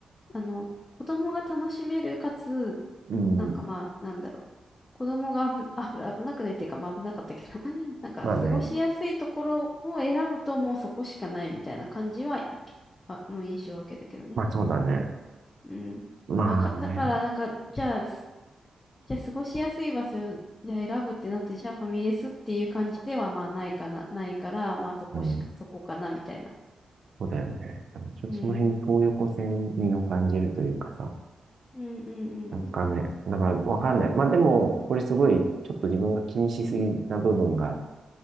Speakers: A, on the left (about 40°); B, on the right (about 65°).
A: あの、子供が楽しめる、かつ、
B: うん、
A: なんかまあ、なんだろう。子供が危、あぶ危なくないっていうか、まあ危なかったけど、<laughs> なんか過ごしやすいところを選ぶともうそこしかないみたいな感じはい、
B: まあね、
A: あの印象を受けたけどね。
B: まあそうだね。
A: うん。
B: まあね、
A: まあ、か、だからなんか、じゃあ、すじゃあ過ごしやすい場所、じゃあ選ぶってなって、じゃあファミレスっていう感じではまあないかな、ないから、まあそこしか、
B: うん、
A: そこかなみたいな。
B: そうだよね。だからちょっとその辺、
A: うん。
B: 東横線味を感じるというかさ、
A: うんうんうんうん。
B: 若干ね、だからわかんない。まあでも、これすごい、ちょっと自分が気にしすぎな部分が、